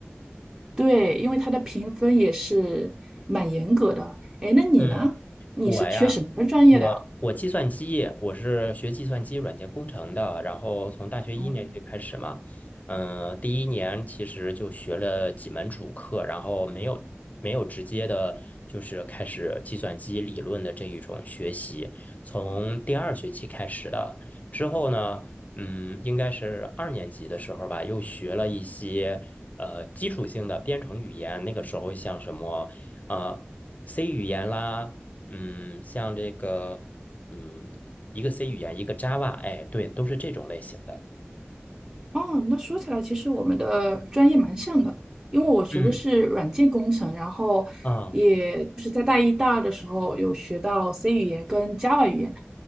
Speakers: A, on the right (about 25°); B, on the left (about 35°).
A: 对，因为它的评分也是蛮严格的。哎，那你呢？
B: 嗯。
A: 你是学什么专业的啊？
B: 我呀，我我计算机，我是学计算机软件工程的，然后从大学一年级开始嘛，
A: 哦。
B: 嗯、第一年其实就学了几门主课，然后没有没有直接的，就是开始计算机理论的这一种学习，从第二学期开始的，之后呢，嗯，应该是二年级的时候吧，又学了一些呃基础性的编程语言，那个时候像什么呃 C 语言啦。嗯，像这个，嗯，一个 C 语言，一个 Java，哎，对，都是这种类型的。
A: 哦，那说起来，其实我们的专业蛮像的，因为我学的是软件工程，
B: 嗯
A: 然后也就是在大一、
B: 啊
A: 大二的时候有学到 C 语言跟 Java 语言，